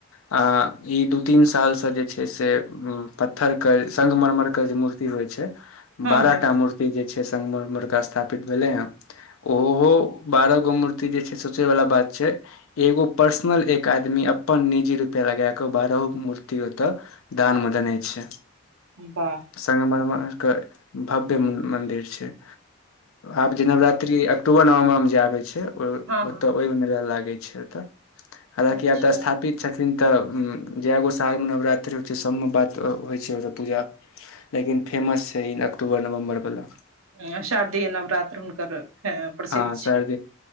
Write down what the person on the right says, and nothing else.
हँ
हँ
बाह
हँ हँ
अच्छा
एं शारदीय नवरात्र हुनकर प्रसिद्ध
छै